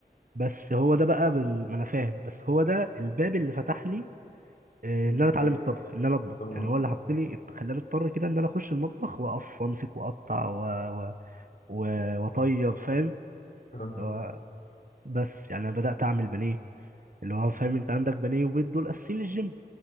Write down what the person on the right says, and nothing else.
بس هو ده بقى بال... ما انا فاهم بس هو ده الباب اللي فتح لي آه
ان انا اتعلم
الطبخ ان انا اطبخ
يعني هو اللي حط لي خلاني اضطر كده ان انا اخش المطبخ واقف وامسك واقطع و... و... و... واطيب فاهم
اللي هو بس يعني انا بدات اعمل بانيه اللي هو فاهم انت عندك بانيه وبيض دول اساسيين للجيم